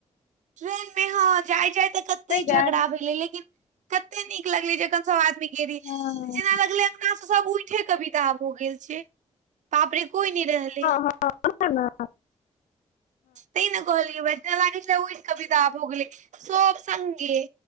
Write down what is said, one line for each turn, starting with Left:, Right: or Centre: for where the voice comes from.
Right: ट्रेन मे हँ जाय जाय तऽ कते
Left: नहि
Right: झगड़ा
Left: गै
Right: भेलै लेकिन कते नीक लगले जखन सब आदमी गेली
Left: हँ
Right: जेना लगले अंगना से सब उठे कविता भ गेल छै पापड़े कोई नहि रहले
Left: हं
Right: तैं न कहल ब लाग ओहिठ कभी द भोगल सोप सगे